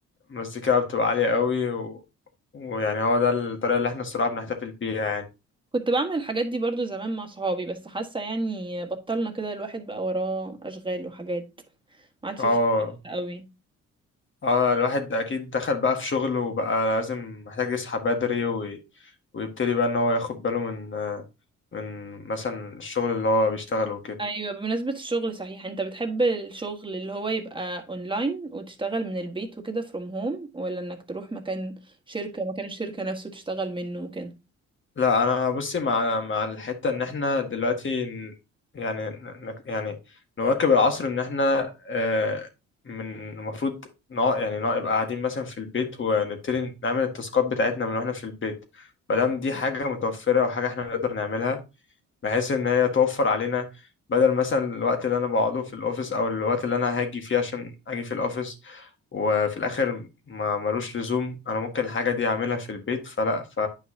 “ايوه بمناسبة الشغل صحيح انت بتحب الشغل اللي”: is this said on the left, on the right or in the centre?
Right